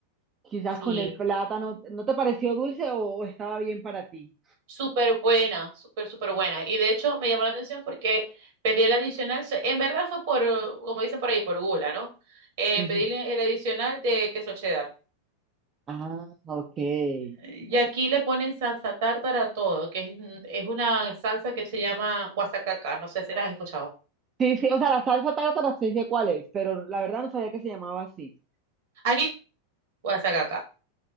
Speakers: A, on the right; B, on the right.
A: Quizás
B: Sí.
A: con el plátano, ¿no te pareció dulce o, o estaba bien para ti?
B: Súper buena, súper, súper buena. Y de hecho me llamó la atención porque pedí el adicional, se- en verdad fue por, eh, como dicen por ahí, por gula, ¿no? Eh,
A: Ujú.
B: pedí el adicional de queso cheddar.
A: Ah, ok. Sí,
B: Y aquí le ponen salsa tártara a todo, que es, es una salsa que se llama guasacaca, no sé si la has escuchado.
A: sí, o sea, la salsa tártara sí sé cuál es, pero la verdad no sabía que se llamaba así.
B: Aquí, guasacaca.